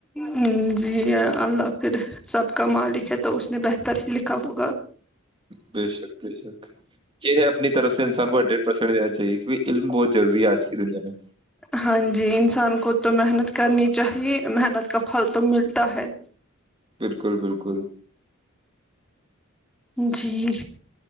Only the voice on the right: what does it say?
بے شک بے شک یہ ہے اپنی طرف سے انسان گن پھڑ جیا چاہے کی علم بہت ضروری ہے آج کی دنیا میں
بالکل بالکل